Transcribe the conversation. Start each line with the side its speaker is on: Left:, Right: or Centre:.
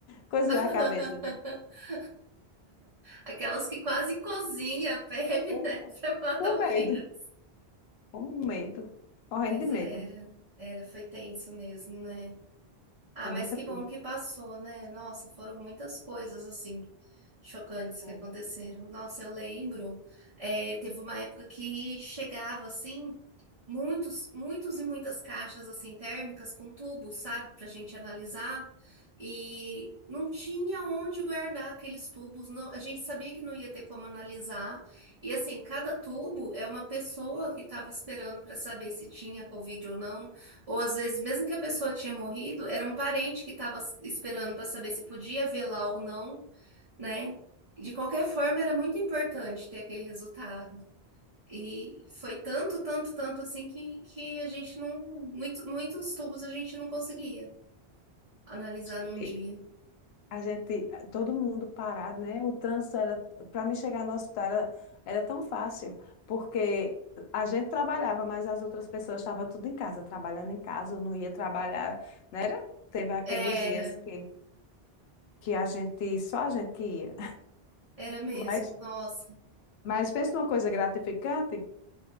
Left: Coisa
Right: <laughs>
Left: da cabeça, né?
Right: Aquelas que quase cozinha a pele,
Left: Eita,
Right: né? <laughs> Pra matar
Left: Com
Right: o
Left: medo.
Right: vírus.
Left: Com medo, morrendo
Right: Mas
Left: de medo.
Right: era, era, foi tenso mesmo, né? Ah,
Left: Eu
Right: mas
Left: nunca
Right: que
Left: tive.
Right: bom que passou, né? Nossa, foram muitas coisas assim chocantes
Left: Bom,
Right: que aconteceram. Nossa, eu lembro, é, teve uma época que chegava assim muitos, muitos e muitas caixas assim térmicas com tubos, sabe, pra gente analisar. E não tinha onde guardar aqueles tubos. não- a gente sabia que não ia ter como analisar. E assim, cada tubo é uma pessoa que estava esperando para saber se tinha Covid ou não. Ou às vezes, mesmo que a pessoa tinha morrido, era um parente que estava esperando para saber se podia velar ou não, né? De qualquer forma, era muito importante ter aquele resultado. E foi tanto, tanto, tanto assim que, que a gente não. Muitos, muitos tubos a gente não conseguia analisar
Left: gente-
Right: num dia.
Left: a gente, todo mundo parado, né? O trânsito era, para mim chegar no hospital era, era tão fácil, porque a gente trabalhava, mas as outras pessoas estavam tudo em casa, trabalhando em casa, ou não ia trabalhar, né? era? Teve aqueles
Right: Era,
Left: dias que, que a gente, só a gente que ia.
Right: era mesmo.
Left: Mas,
Right: Nossa,
Left: mas pensa numa coisa gratificante.